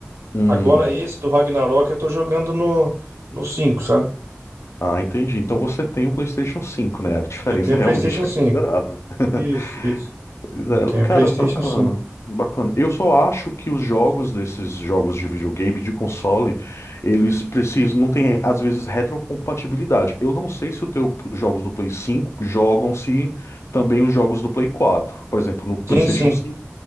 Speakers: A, on the left; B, on the right.
A: Hum.
B: Agora esse do Ragnarok eu tô jogando no, no cinco sabe?
A: Ah, entendi. Então você tem o PlayStation cinco né? A diferença
B: Eu tenho
A: <laughs> realmente
B: PlayStation cinco
A: é considerável. <laughs>
B: Isso, isso.
A: Pois
B: Eu
A: é,
B: tenho
A: cara,
B: PlayStation
A: bacana.
B: 5.
A: Bacana. Eu só acho que os jogos desses jogos de videogame, de console, eles precisam, não tem, às vezes, retrocompatibilidade. Eu não sei se o teu, os jogos do Play cinco jogam-se também os jogos do Play quatro Por exemplo, no PlayStation
B: Sim, sim.
A: cinco